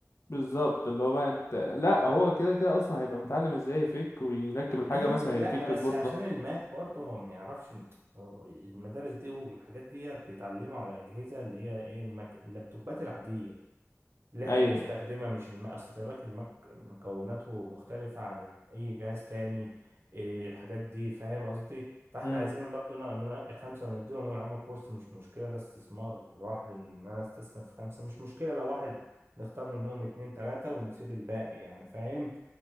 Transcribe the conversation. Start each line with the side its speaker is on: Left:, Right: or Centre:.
Left: بالظبط اللي هو بقى انت لا هو كده كده اصلا هيبقى متعلم ازاي يفك ويركب
Right: ماشي
Left: الحاجه مثلا
Right: لا
Left: يفك
Right: بس
Left: البورده
Right: عشان الماك برضه هو ما يعرفش إن- هو المدارس دي والحاجات دي بيتعلموا على أجهزة اللي هي ايه الماك اللابتوبات العادية اللي احنا
Left: ايوه
Right: بنستخدمها مش الماك اصل خلي بالك الماك مكوناته مختلفة عن ال- اي جهاز تاني إيه الحاجات دي فاهم قصدي فاحنا
Left: امم
Right: عايزين برضه ن- ننقي خمسة ونديهم يا عم كورس مش مشكلة ده استثمار لوحده ان انا استثمر في خمسة مش مشكلة لو واحد نختار منهم اتنين تلاتة ونسيب الباقي يعني فاهم